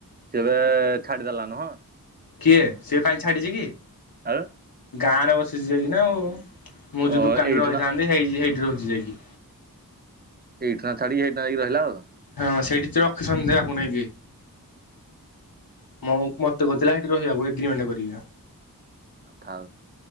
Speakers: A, on the right; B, on the left.
A: ସେ ବୋଧେ ଛାଡିଦେଲା ନୁହଁ।
B: କିଏ ସେିଏ କାଇଁ ଛାଡିଛି କି?
A: ଆଉ।
B: ଗାଁ ରେ ବସିଛି ଯାଇକିନା ଆଉ ମୁଁ
A: ଓ
B: ଯୋଉ ଦୋକାନ
A: ଏଇଠୁ
B: ରେ ରହିଥାନ୍ତି
A: ନା
B: ହେଇ ସେଇଠି ରହୁଛି ଯାଇକି।
A: ଏଇଠାକିନା ଛାଡ଼ିକି ସେଇଠିକିନା ରହିଲା ଆଉ।
B: ହଁ ସେଇଠି ତ ରଖି ସନ୍ଧ୍ୟେହାକୁ ନେଇାଇଁକି <unintelligible> ମୁଁ ମତେ କହୁଥିଲା ସେଠି ରହିବାକୁ ଏଗ୍ରିମେଣ୍ଟ କରିକିନ।
A: ଆଥାଉ <inaudible>